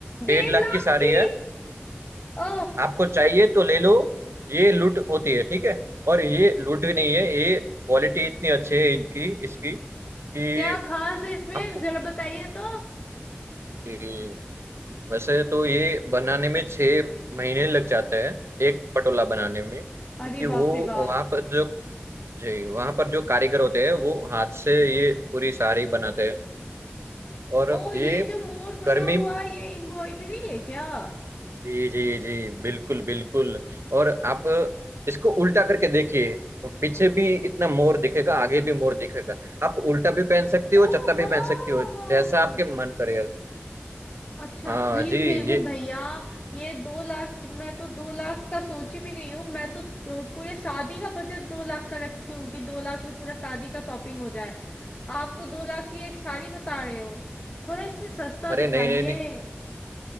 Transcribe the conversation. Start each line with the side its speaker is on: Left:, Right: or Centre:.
Right: डेढ़
Left: डेढ़
Right: लाख
Left: लाख
Right: की साड़ी
Left: की
Right: है
Left: ओ
Right: आपको चाहिए तो ले लो ये लूट होती है ठीक है और ये लूट भी नहीं है ये क्वालिटी इतनी अच्छी है इनकी इसकी कि
Left: क्या खास है इसमें
Right: आपको
Left: जरा बताइए तो
Right: ये- वैसे तो ये बनाने में छः महीने लग जाते हैं एक पटोला बनाने में क्योंकि
Left: अरे
Right: वो
Left: बाप रे बाप
Right: वहाँ पर जो जी वहाँ पर जो कारीगर होते हैं वो हाथ से ये पूरी साड़ी बनाते हैं और
Left: ओ ये
Right: ये
Left: जो मोर बना
Right: गर्मी
Left: हुआ है, ये एम्ब्रॉयडरी है क्या
Right: जी जी जी बिल्कुल बिल्कुल और आप इसको उल्टा करके देखिए पीछे भी इतना मोर दिखेगा आगे भी मोर दिखेगा आप उल्टा भी पहन सकती हो
Left: ओ
Right: चत्ता भी
Left: हाँ
Right: पहन सकती हो जैसा आपके मन करे
Left: अच्छा
Right: हाँ
Left: लेकिन
Right: जी
Left: फिर भी
Right: ये
Left: भैया ये दो लाख मैं तो दो लाख का सोची भी नहीं हूँ मैं तो तो पूरे शादी का बजट दो लाख का रखी हूँ कि दो लाख में पूरा शादी का शॉपिंग हो जाए आप तो दो लाख की एक साड़ी बता रहे हो थोड़ा इसमें सस्ता
Right: अरे
Left: दिखाइए
Right: नहीं नहीं नहीं